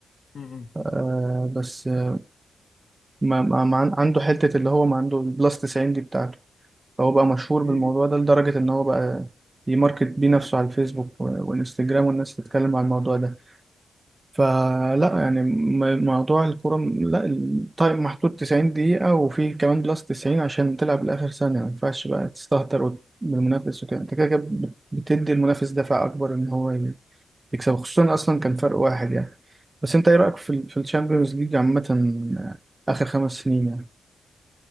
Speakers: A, on the left (about 60°); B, on the right (about 30°).
A: م- م.
B: آه بس آه، ما, ما ما عن- عنده حتة اللي هو ما عنده البلس 90 دي بتاعته فهو بقى مشهور بالموضوع
A: م- م.
B: ده لدرجة إن هو بقى يماركت بيه نفسه على الفيسبوك و- وإنستجرام والناس تتكلم عن الموضوع ده فلا يعني م- موضوع الكورة م- لا التايم محدود 90 دقيقة وفي كمان بلس 90 عشان تلعب لآخر ثانية ما ينفعش بقى تستهتر وت- بالمنافس وكده انت كده كده بت- بتدي المنافس دفع أكبر إن هو ي- يكسب خصوصا أصلا كان فرق واحد يعني بس أنت إيه رأيك في ال في الشامبيونز ليج عامة آخر خمس سنين يعني